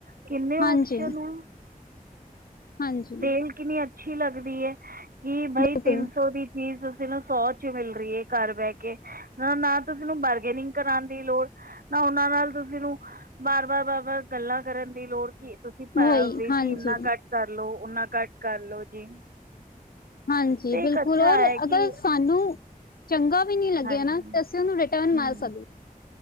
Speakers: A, on the right; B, on the left.
A: ਕਿੰਨੇ
B: ਹਾਂਜੀ
A: ਓਪਸ਼ਨ ਐਂ
B: ਹਾਂਜੀ
A: ਸੇਲ ਕਿੰਨੀ ਅੱਛੀ ਲੱਗਦੀ ਹੈ ਕਿ ਭਾਈ
B: ਬਿਲਕੁਲ
A: ਤਿੰਨ ਸੌ ਦੀ। ਫੀਸ ਅਸੀਂ ਨੂੰ ਸੌ 'ਚ ਮਿਲ ਰਹੀ ਏ ਘਰ ਬਹਿ ਕੇ। ਨਾ, ਨਾ ਤੁਸੀਂ ਬਾਰਗੇਨਿੰਗ ਕਰਾਉਣ ਦੀ ਲੋੜ ਨਾ ਉਹਨਾਂ ਨਾਲ ਤੁਸੀਂ ਨੂੰ ਬਾਰ, ਬਾਰ, ਬਾਰ, ਬਾਰ ਗੱਲਾਂ ਕਰਨ ਦੀ ਲੋੜ ਕਿ ਤੁਸੀਂ ਭਾ
B: ਵਹੀ
A: ਵੀਰ
B: ਹਾਂਜੀ
A: ਜੀ ਇੰਨਾ ਘੱਟ ਕਰਲੋ ਓਨਾ ਘੱਟ ਕਰਲੋ ਜੀ।
B: ਹਾਂਜੀ
A: ਅਤੇ
B: ਬਿਲਕੁਲ
A: ਇੱਕ ਅੱਛਾ
B: ਹੋਰ
A: ਹੈ
B: ਅਗਰ
A: ਕਿ
B: ਸਾਨੂੰ ਚੰਗਾ ਵੀ ਨਹੀਂ ਲੱਗਿਆ
A: ਹਾਂਜੀ
B: ਨਾ, ਤੇ ਅਸੀਂ ਉਹਨੂੰ ਰਿਟਰਨ
A: ਹੂੰ
B: ਮਾਰ ਸਕਦੇਂ।